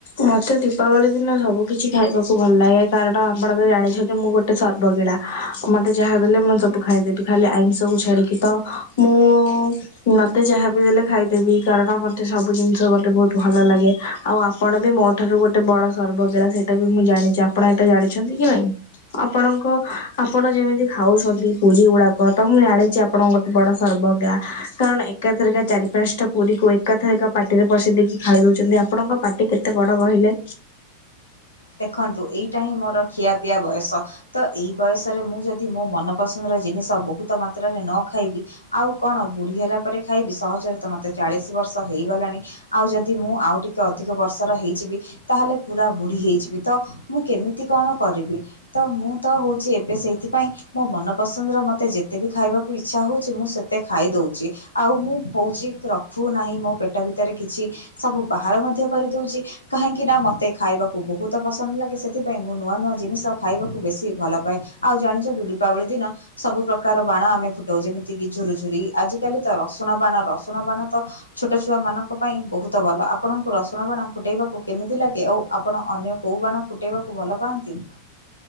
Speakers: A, on the left (about 55°); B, on the left (about 85°).
A: ମତେ ଦୀପାବଳି ଦିନ ସବୁ କିିଛି ଖାଇବାକୁ ଭଲ ଲାଗେ। କାରଣ ଆପଣ ତ ଜାଣିଛନ୍ତି ମୁଁ ଗୋଟେ ଗୋଟେ ସର୍ବଗିଳା ମତେ ଯାହା ଦେଲେ ମୁଁ ସବୁ ଖାଇଦେବି ଖାଲି ଆଇଁଷକୁ ଛାଡିକି। ତ ମୁଁ ମତେ ଯାହା ବିି ଦେଲେ ଖାଇଦେବି କାରଣ ମତେ ସବୁ ଜିନିଷ ମତେ ବହୁତ ଭଲ ଲାଗେ। ଆଉ ଆପଣ ମୋ ଠାରୁ ଗୋଟେ ବଡ ସର୍ବଗିଳା ସେଇଟା ବି ମୁଁ ଜାଣିଛି ଆପଣ ଏଟା ଜାଣିଛନ୍ତି କି ନାଇଁ? ଆପଣଙ୍କ ଆପଣ ଯେମିତି ଖାଉଛନ୍ତି ପୁରୀ ଗୁଡାକ ତ ମୁଁ ଜାଣିଛି ଆପ ଆପଣଙ୍କ ଗୋଟେ ବଡ ସର୍ବ ଗୀଳା କାରଣ ଏକାଥରକେ ଚାରି ପାଞ୍ଚଟା ପୁରୀ କୁ ଏକାଥରିକି ପାଟିରେ ପସିି ଦେଇକି ଖାଇ ଦଉଛନ୍ତି ଆପଣଙ୍କ ପାର୍ଟି କେତେ ବଡ କହିଲେ?
B: ଦେଖନ୍ତୁ ଏଇଟା ହିଁ ମୋର ଖିଆପିଆ ବୟସ ତ ଏଇ ବୟସରେ ମୁଁ ଯଦି ଯଦି ମୋ ମନପସନ୍ଦର ଜିନିଷ ବହୁତ ମାତ୍ରାରେ ନ ଖାଇବି ଆଉ କଣ ବୁଢୀ ହେଲା ପରେ ଖାଇବି। ସହଜରେ ତ ମତେ ଚାଳିଶ ବର୍ଷ ହେଇଗଲାଣି। ଆଉ ଯଦି ମୁଁ ଆଉ ଟିକେ ଅଧିକ ବର୍ଷର ହେଇଯିବି ତାହେଲେ ପୁରା ବୁଢୀ ହେଇଯିବି। ତ ମୁଁ କେମିତି କଣ କରିବି? ତ ମୁଁ ତ ହୋଉଛି ଏବେ ସେଇଥିପାଇଁ ମୋ ମନ ପସନ୍ଦ ର ମତେ ଯେତେ ବି ଖାଇବାକୁ ଇଚ୍ଛା ହଉଛି ମୁଁ ସେତେ ଖାଇ ଦଉଛି। ଆଉ ମୁଁ ହୋଉଛି ରଖୁ ନାହିଁ ମୋ ପେଟ ଭିତରେ କିଛି। ସବୁ ବାହାର ମଧ୍ୟ କରିଦଉଛି କାହିଁକି ନା ମତେ ଖାଇବାକୁ ବହୁତ ତ ପସନ୍ଦ ଲାଗେ ସେଥିପାଇଁ ମୁଁ ନୂଆ ନୂଆ ଜିନିଷ ଖାଇବାକୁ ବେଶୀ ଭଲ ପାଏ। ଆଉ ଜାଣିଛନ୍ତି ଦୀପାବଳି ଦିନ ସବୁ ପ୍ରକାର ବାଣ ଆମେ ଫୁଟାଉ ଯେମିତି କିି ଝୁୁରୁ ଝୁରି ଆଜିକାଲି ତ ରସୁଣ ବାଣ ରସୁଣ ବାଣ ତ ଛୋଟ ଛୁଆ ମାନଙ୍କ ପାଇଁ ବହୁତ ଭଲ ଆପଣଙ୍କୁ ରସୁଣ ବାଣ ଫୁଟେଇବାକୁ କେମିତି ଲାଗେ? ଆଉ ଆପଣ ଅନ୍ୟ କୋଉ ବାଣ ଫୁଟାଇବାକୁ ଭଲ ପାଆନ୍ତି?